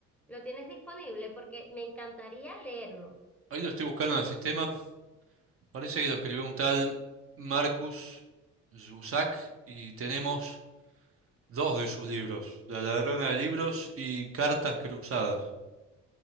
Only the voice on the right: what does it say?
Ahí lo estoy buscando en el sistema. Parece que lo escribió un tal Marcus Zusak y tenemos dos de sus libros, La ladrona de libros y Cartas cruzadas.